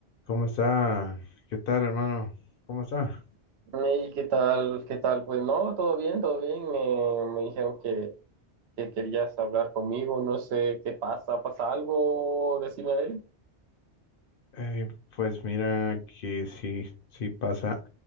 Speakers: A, on the left (about 60°); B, on the right (about 70°).
A: ¿Cómo está? ¿Qué tal, hermano? ¿Cómo está?
B: Ney, ¿qué tal? ¿Qué tal? Pues no, todo bien, todo bien. Me, me dijeron que, que querías hablar conmigo. No sé qué pasa. ¿Pasa algo? Decime a ver.
A: Eh, pues mira que sí, sí pasa,